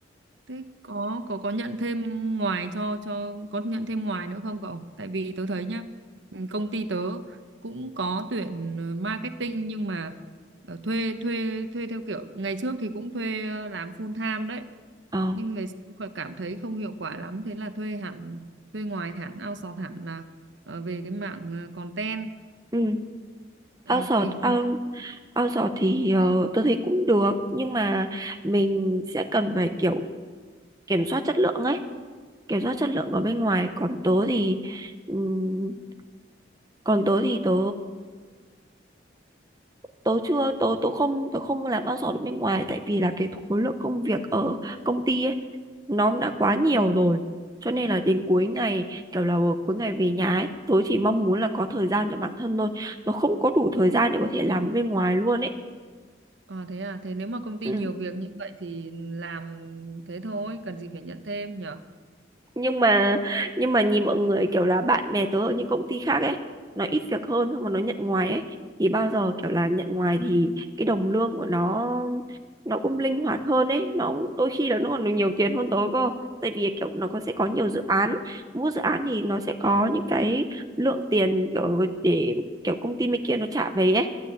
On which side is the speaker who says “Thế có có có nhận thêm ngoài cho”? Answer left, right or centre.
Right